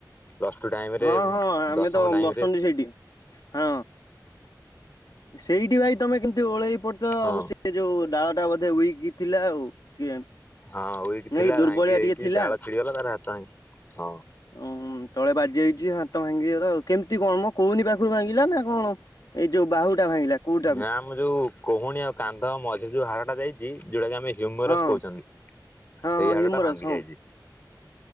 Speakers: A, on the left; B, on the left.
A: ପ୍ଲସ୍ ଟୁ ଟାଇମ
B: ହଁ
A: ରେ,
B: ହଁ ଆମେ
A: ଦଶମ
B: ତ
A: ଟାଇମରେ।
B: ବସନ୍ତି ସେଇଠି ହଁ, ସେଇଠି ଭାଇ ତମେ କେମତି ଓଳେଇ ପଡ଼ି ଚ,
A: ହଁ
B: ହୁସିଆ ଯୋଉ ଡାଳ ଟା ବୋଧେ ଉଇକ୍ ଥିଲା ଆଉ, କିଏ
A: ହଁ ଉଇକି
B: ନାଇଁ
A: ଥିଲା
B: ଦୁର୍ବଳିଆ
A: ଭାଙ୍ଗି ଯାଇଛି,
B: ଟିକେ ଥିଲା।
A: ଡାଳ ଛିଡିଗଲା ତାପରେ ହାତ ଭାଙ୍ଗି
B: ଓହୋ, ତଳେ ବାଜି ଯାଇଚି, ହାତ ଭାଙ୍ଗିଗଲା ଆଉ, କେମିତି କଣ ମୋ କହୁନି ପାଖରୁ ଭାଙ୍ଗିଲା ନା କଣ ଏଇ ଯୋଉ ବାହୁ ଟା ଭାଙ୍ଗିଲା କୋଉଟା
A: ନା ଆମ ଯୋଉ, କୁହୁଣୀ ଆଉ କାନ୍ଧ ମଝିରେ ଯୋଉ ହାଡ଼ଟା ଯାଇଚି, ଯୋଉଟା କି ଆମେ ହ ହ୍ୟୁମରସ୍
B: ହଁ
A: କହୁଛନ୍ତି,
B: ହଁ
A: ସେଇ
B: ହଁ
A: ହାଡ଼ଟା
B: ହ୍ୟୁମରସ୍
A: ଭାଙ୍ଗି
B: ହଁ।
A: ଯାଇଚି।